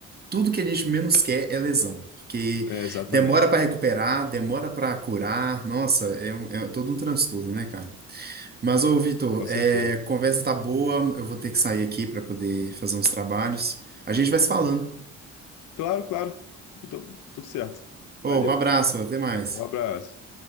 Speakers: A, on the right (about 30°); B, on the left (about 80°).
A: tudo que a gente menos quer é lesão, porque
B: É, exatamente,
A: demora para recuperar, demora para curar. Nossa, é, um- é todo um transtorno, né, cara? Mas, ô, Vitor,
B: com certeza.
A: é, conversa tá boa, eu vou ter que sair aqui para poder fazer uns trabalhos. A gente vai se falando.
B: Claro, claro, Eu tô- tudo certo.
A: Ô,
B: Valeu,
A: um abraço, até mais.
B: um abraço.